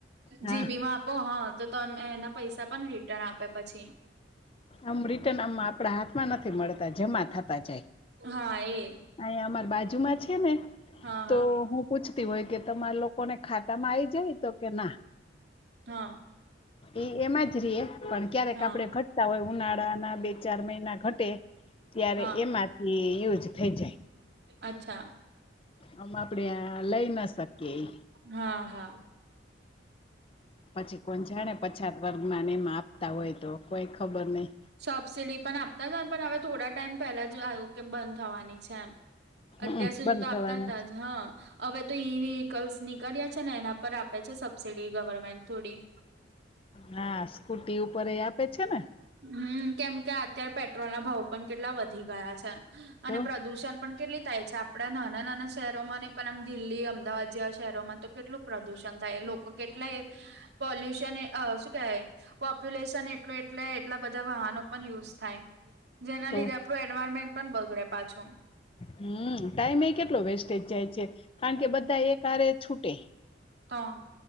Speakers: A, on the right; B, on the left.
A: જી
B: હા
A: બીમાં આપો હા તો તમે એના પૈસા પણ રિટર્ન આપ્યા પછી
B: આમ રિટર્ન આમ આપડા હાથમાં નથી મળતા જમા થતા જાય
A: હા એ
B: અ અમાર બાજુમાં છેને,
A: હા
B: તો
A: હા
B: હું પૂછતી હોય કે તમારા લોકોને ખાતા માં આવીઈ જાય તો કે ના
A: હા
B: એ એમાં જ રએ પણ ક્યારેક
A: હા
B: આપડે ઘટ હોય ઉનાળાના બે ચાર મહિના ઘટે ત્યારે
A: હા
B: એમાંથી યુઝ થઈ જાય.
A: અચ્છા
B: આમ આપડે લઈ ના શકીએ એ
A: હા હા
B: પછી કોણ જાણે પછાત વર્ગમાં નેમ આપતા હોય તો કોઈ ખબર નહી
A: સબસીિડી પણ આપતા જ પણ હવે થોડા ટાઈમ પહેલા જ આવું કે બંધ થવાની છે, એમ
B: હમમ
A: અત્યાર સુધી
B: બંધ
A: તો આપતા
B: થવાની
A: હતા જ હા હવે તો ઈ વેહીકલ્સ નીકળ્યા છેને, એના પર આપે છે સબસીિડી ગવર્મેન્ટ થોડી
B: હા સ્કૂટી ઉપર એ આપે છેને.
A: હમ કેમ કે અત્યારે પેટ્રોલના ભાવ પણ કેટલા વધી ગયા છે, અને
B: તો
A: પ્રદુષણ પણ કેટલી થાય છે આપડા નાના નાના શહેરોમાં નહી પણ આમ દિલ્હી અમદાવાદ જેવા શહેરોમાં તો કેટલુ પ્રદૂષણ થાય લોકો કેટલાય પોલ્યુશન શું કેવાય પોપ્યુલેશન એટુ એટલે એટલા બધા વાહનો પણ યુઝ થાય, જેના
B: તો
A: લીધે આપડું એન્વાયરમેન્ટ પણ બગડે પાછુ.
B: હમ ટાઈમે એ કેટલો વેસ્ટેજ જાય છે, કારણ કે બધા એકારે છૂટે
A: તો